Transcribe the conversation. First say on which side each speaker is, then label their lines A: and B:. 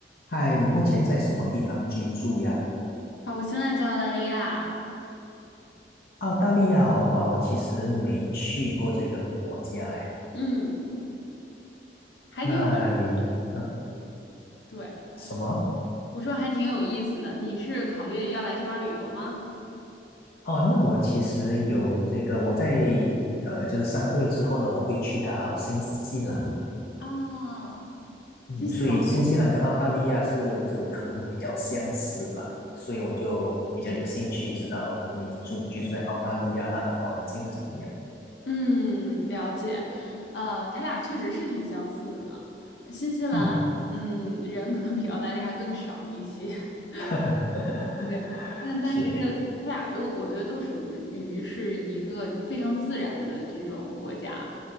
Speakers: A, on the left; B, on the left.
A: 嗨，你目前在什么地方居住呀？
B: 啊，我现在在澳大利亚，
A: 澳大利亚哦，哇，我其实没去过这个国家哎。
B: 嗯，还挺有意思
A: 那你，嗯，
B: 对，
A: 什么？
B: 我说还挺有意思的。你是考虑要来这边儿旅游吗？
A: 哦，那我其实有这个，我在呃，就是三个月之后呢，我会去到新西兰。
B: 啊，
A: 嗯，
B: 新西兰，
A: 所以新西兰跟澳大利亚是就可能比较相似吧，所以我就比较有兴趣知道，可能你住居住在澳大利亚，它的环境是怎么样的。
B: 嗯，了解。呃，他俩确实是挺相似的。新西兰，
A: 嗯，
B: 嗯，人可能比澳大利亚更少一些。<laughs>
A: <laughs>
B: 对，但但是这他俩都，
A: 是，
B: 我觉得都属于于是一个非常自然的这种国家。